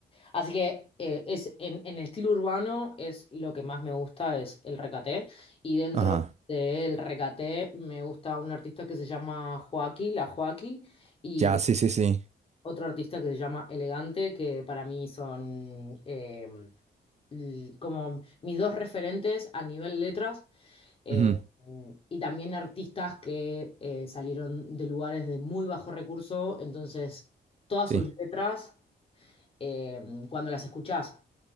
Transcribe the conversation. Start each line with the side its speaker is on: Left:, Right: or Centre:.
Left: así que eh, es, en, en el estilo urbano es lo que más me gusta, es el recaté. Y dentro
Right: ajá,
Left: del recaté me gusta un artista que se llama Joaquí, La Joaquí, y
Right: ya,
Left: de-
Right: sí, sí, sí.
Left: otro artista que se llama Elegante, que para mí son... em, l- como mis dos referentes a nivel letras eh,
Right: Ujú,
Left: y también artistas que eh, salieron de lugares de muy bajo recurso, entonces todas
Right: sí,
Left: sus letras, eh, cuando las escuchás